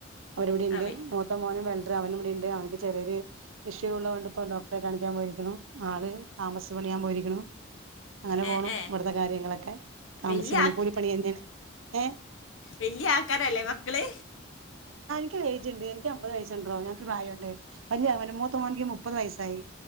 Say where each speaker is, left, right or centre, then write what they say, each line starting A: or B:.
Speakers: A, on the right; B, on the left.
A: അവരിവടെണ്ട്
B: ആ വെ-
A: മൂത്ത മോന് വെൽഡ്റ് അവൻ ഇവിടെണ്ട് അവന്ക് ചെറിയൊരു ഷ് ഇഷ്യൂള്ളതോണ്ട്പ്പോ ഡോക്ടറെ കാണിക്കാൻ പോയേക്ക്ണു ആള് താമസിച്ച് പണിയാൻ പോയിരിക്ക്ണു അങ്ങനെ
B: ഏ
A: പോണു
B: ഏ
A: ഇവിടത്തെ കാര്യങ്ങളെക്കെ താമസിച്ച്
B: വലിയ
A: പണി കൂലിപ്പണിയന്നെയാണ് ഏ
B: വല്യ ആൾക്കാരാല്ലേ മക്കള്
A: ക്ക് ഏജ്ണ്ട് എൻക്ക് അമ്പത് വയസുണ്ടെടോ ഞങ്ങക്ക് പ്രായണ്ട് വല്യ മൂത്ത മോൻക് മുപ്പത് വയസ്സായി